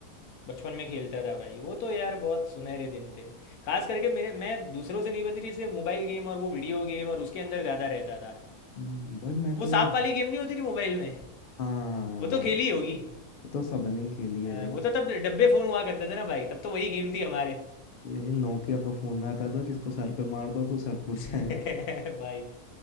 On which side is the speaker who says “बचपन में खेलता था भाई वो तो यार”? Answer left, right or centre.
Left